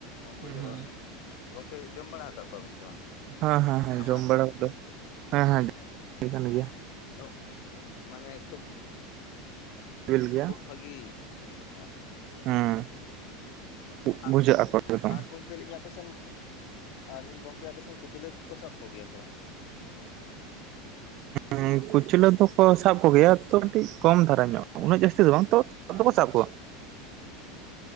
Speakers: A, on the right; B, on the left.
A: ᱦᱩᱸ
B: ᱵᱩᱡᱷᱟᱹᱜᱼᱟ
A: ᱦᱩᱸ
B: ᱜᱚᱝᱠᱮ ᱡᱚᱢ ᱵᱟᱲᱟ ᱟᱠᱟᱫ ᱠᱚᱣᱟᱵᱮᱱ ᱥᱮ ᱵᱟᱝ?
A: ᱦᱮᱸ ᱦᱮᱸ ᱦᱮᱸ
B: ᱟᱢᱲᱟ
A: ᱡᱚᱢ
B: ᱥᱟᱞᱟᱜ
A: ᱵᱟᱲᱟ ᱫᱚ <unintelligible> ᱦᱮᱸ ᱦᱮᱸ <inaudible> ᱠᱟᱱ ᱜᱮᱭᱟ ᱾
B: ᱚᱜ ᱢᱟᱱᱮ ᱠᱷᱩᱵᱽ
A: ᱥᱤᱵᱤᱞ ᱜᱮᱭᱟ
B: ᱠᱷᱩᱵᱽ ᱵᱷᱟᱹᱜᱤ <unintelligible> ᱱᱚᱣᱟ <unintelligible>
A: ᱦᱮᱸ ᱵᱩᱡᱷᱟᱹᱜ
B: ᱟᱜ
A: ᱟᱠᱚ
B: <unintelligible>
A: ᱮᱠᱫᱚᱢ
B: ᱟᱨ ᱜᱚᱝᱠᱮ ᱜᱚᱢᱠᱮᱞᱟᱹᱤᱧ ᱟᱯᱮ ᱥᱮᱱ <unintelligible> ᱟᱨ ᱟᱹᱞᱤᱧ ᱜᱚᱝᱠᱮ ᱟᱯᱮ ᱥᱮᱱ ᱠᱩᱪᱞᱟᱹ ᱦᱟᱹᱠᱩ ᱠᱚ ᱥᱟᱵ ᱠᱚᱜᱮᱭᱟ ᱥᱮ ᱵᱟᱝ?
A: ᱦᱩ ᱠᱩᱪᱞᱟᱹ ᱫᱚᱠᱚ ᱥᱟᱵ ᱠᱚᱜᱮᱭᱟ ᱛᱚ ᱠᱟᱹᱴᱤᱡ ᱠᱚᱢ ᱫᱷᱟᱨᱟ ᱧᱚᱜ ᱩᱱᱟᱹᱜ ᱡᱟᱹᱥᱛᱤ ᱫᱚ ᱵᱟᱝ ᱛᱚ ᱾ <unintelligible> ᱠᱚ ᱥᱟᱵ ᱠᱚᱣᱟ